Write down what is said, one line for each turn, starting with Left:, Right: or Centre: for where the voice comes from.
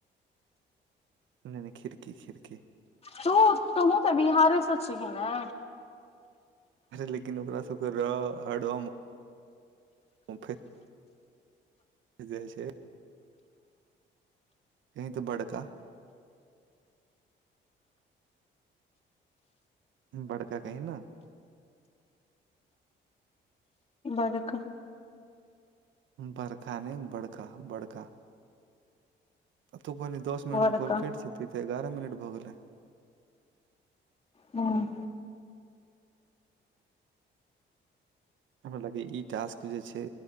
Right: नहि नहि खिड़की खिड़की
Left: तू तुहु तऽ बिहारसँ छिही ने
Right: छै लेकिन ओकरा सब के र रम उफै जाइ छै कहीं तऽ बड़का बड़का कही ने
Left: बड़का
Right: बड़खा ने बड़का बड़का तू बने दस मिनटमे
Left: बड़का
Right: कॉल कैट जेतै तऽ एगारह मिनट भऽ गेलै
Left: हूंम्म
Right: हमरा लागे ई टास्क जे छै